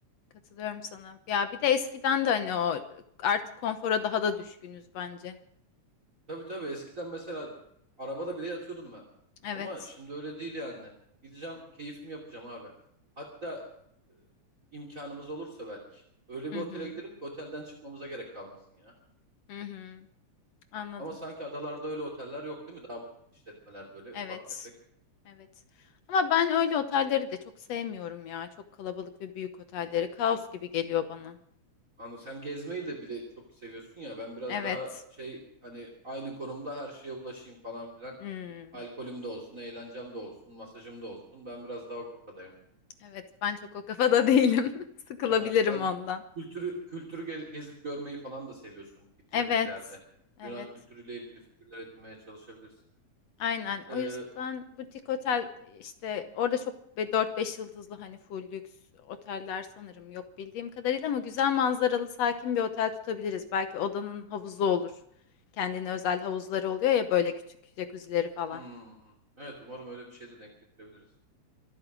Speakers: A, on the left (about 65°); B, on the right (about 25°).
A: Katılıyorum sana. Ya, bir de eskiden de, hani, o artık konfora daha da düşkünüz bence.
B: Tabii tabii eskiden mesela arabada bile yatıyordum ben.
A: Evet.
B: Ama şimdi öyle değil yani. Gideceğim keyfimi yapacağım abi. Hatta e, imkanımız olursa belki. Öyle bir
A: Hı
B: otele
A: hı.
B: gidelim ki otelden çıkmamıza gerek kalmasın ya.
A: Hı hı. Anladım.
B: Ama sanki adalarda öyle oteller yok değil mi? Daha butik işletmeler böyle
A: Evet.
B: ufak tefek.
A: Evet. Ama ben öyle otelleri de çok sevmiyorum ya. Çok kalabalık ve büyük otelleri. Kaos gibi geliyor bana.
B: Anladım. Sen gezmeyi de bir de çok seviyorsun ya. Ben biraz
A: Evet.
B: daha şey hani aynı konumda her şeye ulaşayım falan filan.
A: Hmm.
B: Alkolüm de olsun, eğlencem de olsun, masajım da olsun. Ben biraz daha o kafadayım.
A: Evet, ben çok o kafada değilim. <laughs> Sıkılabilirim
B: Aynen. Sen
A: ondan.
B: kültürü kültürü ge- gezip görmeyi falan da seviyorsun gideceğimiz
A: Evet.
B: yerde.
A: Evet.
B: Yunan kültürüyle ilgili fikirler edinmeye çalışabilirsin.
A: Aynen.
B: Ee,
A: O yüzden butik otel işte orada çok be- dört beş yıldızlı hani full lüks oteller sanırım yok bildiğim kadarıyla ama güzel manzaralı sakin bir otel tutabiliriz. Belki odanın havuzu olur. Kendine özel havuzları oluyor ya böyle küçük jacuzzileri falan.
B: hmm, evet umarım öyle bir şey de denk getirebiliriz.